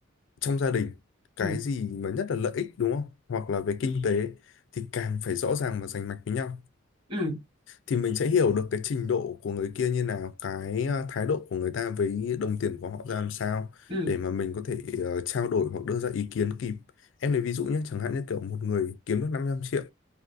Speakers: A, on the left; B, on the right.
A: trong gia đình cái
B: ừ
A: gì mà nhất là lợi ích đúng không hoặc là về kinh tế thì càng phải rõ ràng và rành mạch với nhau
B: ừ
A: thì mình sẽ hiểu được cái trình độ của người kia như nào cái ờ, thái độ của người ta với đồng tiền của họ ra làm sao
B: ừ
A: để mà mình có thể ờ, trao đổi hoặc đưa ra ý kiến kịp em lấy ví dụ nhé chẳng hạn như kiểu một người kiếm được 500 triệu